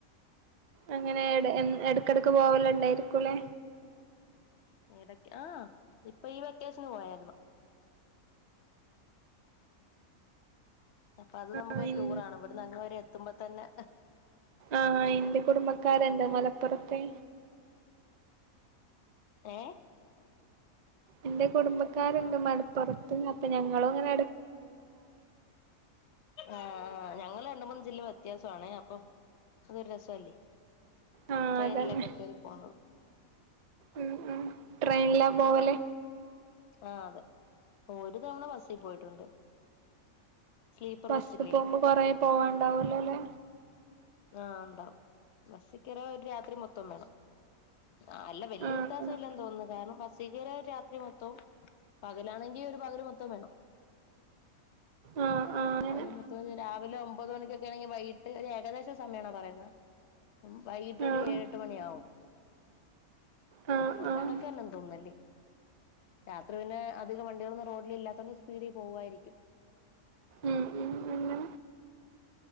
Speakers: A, on the right; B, on the left.
A: അങ്ങനെട്ക്കെട്ക്ക് പോകാ ണ്ടായിരിക്കൂലേ
B: എടക്കെ ആഹ ഇപ്പൊ ഈ വെക്കേഷന് പോയായിരുന്നു അപ്പൊ അത് നമുക്കൊരു
A: ആഹ് ഇൻ
B: ടൂർ ആണ് ഇവിടുന്ന് അങ്ങ് വരെ എത്തുമ്പോ തന്നെ
A: ആഹ എന്റെ കുടുംബക്കാരണ്ട് മലപ്പുറത്തെ
B: ഏ
A: എന്റെ കുടുംബക്കാരുണ്ട് മലപ്പുറത്തും അപ്പൊ ഞങ്ങളും ങ്ങനെ
B: ആ ഞങ്ങള് രണ്ട് മൂന്ന് ജില്ല വ്യത്യാസാണേ അപ്പൊ അതൊരു രസല്ലേ
A: ആഹ്
B: ട്രെയിനിലൊക്കെ
A: അതന്നെ
B: കേറി പോണ
A: ഉം ഉം ട്രെയിനിലാ പോവലേ
B: ആഹ അതെ ഒരു തവണ ബസിൽ പോയിട്ടുണ്ട് സ്ലീപ്പർ
A: ബസ്
B: ബസ്സില്ലേ
A: പോകുമ്പോ കൊറേ പോവാണ്ടാവൂലോല്ലേ
B: ആഹ ഉണ്ടാവും ബസ്സിക്കേറിയ ഒരു രാത്രി മൊത്തം വേണം ആ അല്ല വല്യ
A: ആഹ്
B: വ്യത്യാസം
A: ആഹ്
B: ഇല്ലാന്ന് തോന്നുന്നു കാരണം ബസ് കേറിയ രാത്രി മൊത്തവും പകലാണെങ്കിൽ ഒരു പകല് മൊത്തോം വേണം
A: ആഹ് ആഹ് അങ്ങനെ
B: അ മൊത്തം രാവിലെ ഒമ്പത് മണിക്കൊക്കെ ആണെങ്കി വൈകിട്ട് ഒരു ഏകദേശം സമയണോ പറയുന്ന വൈകിട്ട്
A: ആഹ്
B: ഒരു ഏഴെട്ട് മണിയാവും
A: ആഹ്
B: അപ്പൊ
A: ആഹ്
B: കണക്കല്ലാം തോന്നല്ലേ രാത്രി പിന്നെ അധികം വണ്ടികളൊന്നും റോഡിൽ ഇല്ലാത്തോണ്ട് സ്പീഡിൽ പോവായിരിക്കും
A: ഉം ഉ അങ്ങന